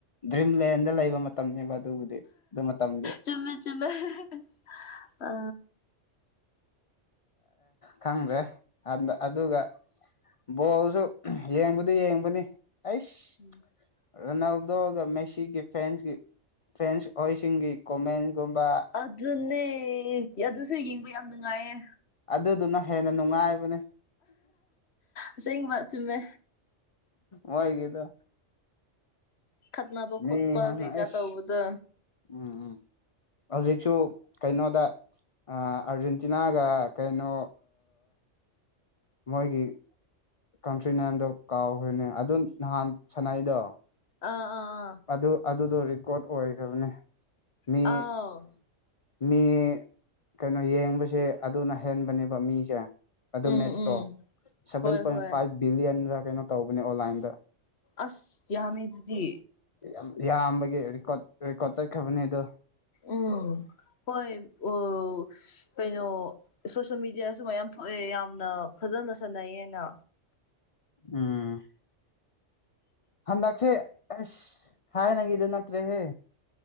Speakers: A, on the left; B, on the left.
A: ꯗ꯭ꯔꯤꯝꯂꯦꯟꯗ ꯂꯩꯕ ꯃꯇꯝꯅꯤꯅꯦꯕ ꯑꯗꯨꯕꯨꯗꯤ ꯑꯗꯨ ꯃꯇꯝꯗꯤ
B: ꯆꯨꯝꯃꯦ ꯆꯨꯝꯃꯦꯃꯦ ꯑ
A: ꯈꯪꯗ꯭ꯔꯦꯗ ꯑꯗꯨꯒ ꯕꯣꯜꯁꯨ ꯌꯦꯡꯕꯗꯤ ꯌꯦꯡꯕꯅꯤ ꯑꯩꯁ
B: ꯎꯝ
A: ꯔꯣꯅꯥꯜꯗꯣꯒ ꯃꯦꯁꯤꯒꯤ ꯐꯦꯟꯁꯀꯤ ꯐꯦꯟꯁ ꯍꯍꯣꯏꯁꯤꯡꯒꯤ ꯀꯣꯃꯦꯟꯁꯒꯨꯝꯕ
B: ꯑꯗꯨꯅꯦ ꯑꯗꯨꯁꯨ ꯌꯦꯡꯕ ꯌꯥꯝ ꯅꯨꯡꯉꯥꯏꯌꯦ
A: ꯑꯗꯨꯗꯨꯅ ꯍꯦꯟꯅ ꯅꯨꯡꯉꯥꯏꯕꯅꯦ
B: ꯑꯁꯦꯡꯕ ꯆꯨꯝꯃꯦ
A: ꯋꯥꯣꯏꯒꯗ
B: ꯈꯠꯅꯕ
A: ꯃꯤ
B: ꯈꯣꯠꯄ
A: ꯍꯥꯟꯅ
B: ꯀꯩꯀꯥ
A: ꯑꯩꯁ
B: ꯇꯧꯕꯗ
A: ꯎꯝ ꯎꯝ ꯍꯧꯖꯤꯛꯁꯨ ꯀꯩꯅꯣꯗ ꯑꯥꯔꯖꯦꯟꯇꯤꯅꯥꯒ ꯀꯩꯅꯣ ꯃꯣꯏꯒꯤ ꯀꯟꯇ꯭ꯔꯤ ꯅꯦꯝꯗꯣ ꯀꯥꯎꯈ꯭ꯔꯔꯤꯅꯦ ꯑꯗꯨ ꯅꯍꯥꯟ ꯁꯥꯟꯅꯩꯗꯣ
B: ꯑꯥ ꯑꯥ ꯑꯥ
A: ꯑꯗꯨ ꯑꯗꯨꯗꯣ ꯔꯦꯀꯣꯔꯠ ꯑꯣꯏꯈꯕꯅꯤ ꯃꯤ
B: ꯑꯥꯎ
A: ꯃꯤ ꯀꯩꯅꯣ ꯌꯦꯡꯕꯁꯦ ꯑꯗꯨꯅ ꯍꯦꯟꯕꯅꯦꯕ ꯃꯤꯁꯦ ꯑꯗꯨ
B: ꯎꯝ
A: ꯃꯦꯠꯁꯇꯣ
B: ꯎꯝ
A: ꯁꯚꯦꯟ
B: ꯍꯣꯏ
A: ꯄꯣꯏꯟ
B: ꯍꯣꯏ
A: ꯐꯥꯏꯚ ꯕꯤꯂꯤꯌꯟꯗ ꯀꯩꯅꯣ ꯇꯧꯕꯅꯦ ꯑꯣꯟꯂꯥꯏꯟꯗ
B: ꯑꯁ ꯌꯥꯃꯦ ꯑꯗꯨꯗꯤ
A: ꯌꯥꯝ ꯌꯥꯝꯕꯒꯤ ꯔꯦꯀꯣꯔꯠ ꯔꯦꯀꯣꯔꯠ ꯆꯠꯈ꯭ꯔꯕꯅꯦ ꯑꯗꯣ
B: ꯎꯝ ꯍꯣꯏ ꯎ ꯀꯩꯅꯣ ꯁꯣꯁꯦꯜ ꯃꯦꯗꯤꯌꯥꯗꯁꯨꯨ ꯃꯌꯥꯝ ꯊꯣꯛꯑꯦ ꯌꯥꯝꯅ ꯐꯖꯅ ꯁꯥꯟꯅꯩ ꯍꯥꯏꯅ
A: ꯎꯝ ꯍꯟꯗꯛꯁꯦ ꯑꯁ ꯊꯥꯏꯅꯒꯤꯗ ꯅꯠꯇ꯭ꯔꯦꯍꯦ